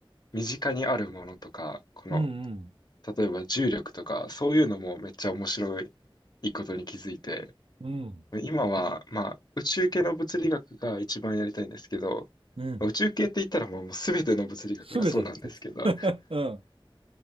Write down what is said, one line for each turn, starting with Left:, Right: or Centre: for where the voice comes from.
Left: 身近にあるものとか、この、
Right: うん、うん、
Left: 例えば重力とか、そういうのもめっちゃ面白いことに気づいて、
Right: うん、
Left: 今は、まあ、宇宙系の物理学が一番やりたいんですけど、
Right: うん。
Left: 宇宙系って言ったらもう全ての物理学がそうなんですけど、
Right: すべてだ。<laughs>
Left: <laughs>
Right: うん、